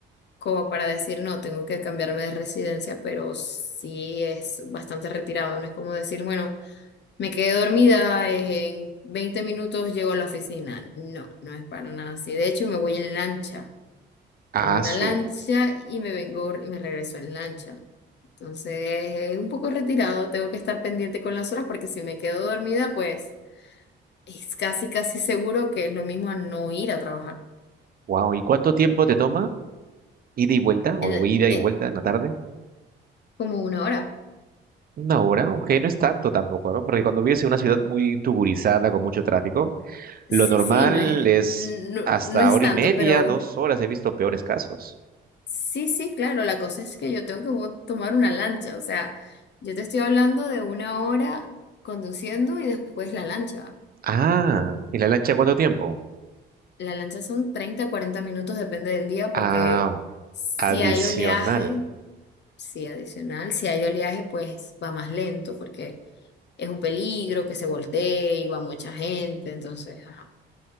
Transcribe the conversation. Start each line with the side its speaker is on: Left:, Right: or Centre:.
Left: como para decir, no, tengo que cambiarme de residencia, pero sí es bastante retirado, no es como decir, bueno, me quedé dormida, en 20 minutos llego a la oficina, no, no es para nada así, de hecho me voy en lancha,
Right: Ah,
Left: tomo una
Right: su.
Left: lancha y me vengo y me regreso en lancha. Entonces, es un poco retirado, tengo que estar pendiente con las horas porque si me quedo dormida, pues es casi, casi seguro que es lo mismo a no ir a trabajar.
Right: Wow. ¿Y cuánto tiempo te toma? ¿Ida y vuelta? ¿O
Left: En la-
Right: ida
Left: eh,
Right: y vuelta en la tarde?
Left: como una hora.
Right: Una hora, ok, no es tanto tampoco, ¿no? Porque cuando vives en una ciudad muy tugurizada, con mucho tráfico,
Left: Sí,
Right: Lo normal
Left: sí, no es,
Right: es
Left: no,
Right: hasta
Left: no es
Right: hora
Left: tanto,
Right: y media,
Left: pero
Right: dos horas. He visto peores casos.
Left: sí, sí, claro, la cosa es que yo tengo que bo- tomar una lancha. O sea, yo te estoy hablando de una hora conduciendo y después la lancha.
Right: Ah, ¿y la lancha cuánto tiempo?
Left: La lancha son 30 40 minutos, depende del día, porque
Right: Ah,
Left: si
Right: adicional.
Left: hay oleaje, sí, adicional, si hay oleaje, pues va más lento, porque... es un peligro que se voltee y va mucha gente, entonces, ajá.